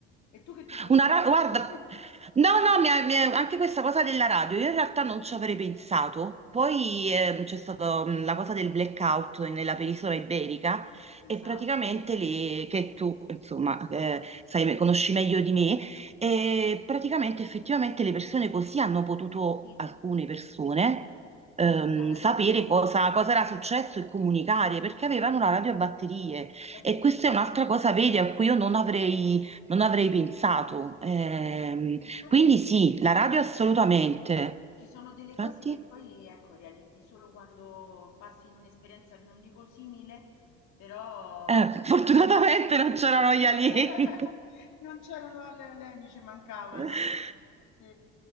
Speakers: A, on the left; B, on the right.
A: E tu che ti porteresti?
B: Una ra- guarda,
A: <laughs>
B: no, no, mi ha- mi ha- anche questa cosa della radio, io in realtà non ci avrei pensato. Poi ehm, c'è stata mh, la cosa del blackout nella penisola iberica e
A: Esatto,
B: praticamente le- che tu, insomma, eh, sai, me- conosci meglio di me, e praticamente effettivamente le persone così hanno potuto,
A: sì,
B: alcune persone,
A: comunicare,
B: ehm, sapere cosa, cosa era successo e comunicare perché avevano una radio a batterie.
A: è
B: E
A: vero.
B: questa è un'altra cosa, vedi, a cui io non avrei non avrei pensato. Ehm,
A: Infatti
B: quindi sì, la radio assolutamente.
A: Ci sono delle
B: Infatti,
A: cose che poi, ecco, realizzi solo quando passi in un'esperienza, non dico simile, però
B: eh,
A: ti
B: <laughs>
A: rendi
B: fortunatamente
A: conto.
B: non c'erano
A: Eh,
B: gli alieni.
A: <laughs> non c'erano le leni, ci mancavano.
B: <laughs>
A: Sì.